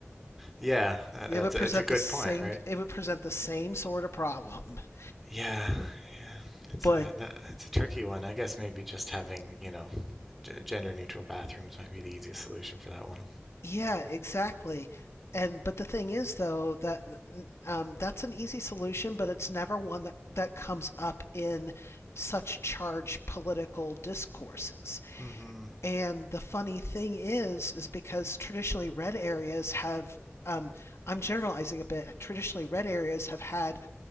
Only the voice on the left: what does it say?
It would
present
the same.
It would present the same sort of problem. <laughs>
But
yeah, exactly. And but the thing is, though, that um, that's an easy solution, but it's never one that that comes up in such charged political discourses.
And the funny thing is, is because traditionally red areas have, um, I'm generalizing a bit, traditionally red areas have had